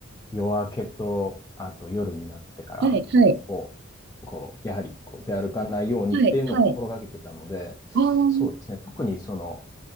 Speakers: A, on the left (about 15°); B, on the right (about 55°).
A: 夜明けと、あと夜になってからを、
B: はい、はい、
A: こう、やはりこう出歩かないようにっていうのを心がけてたので、
B: はい、はい。ああ、は
A: そうですね、特にその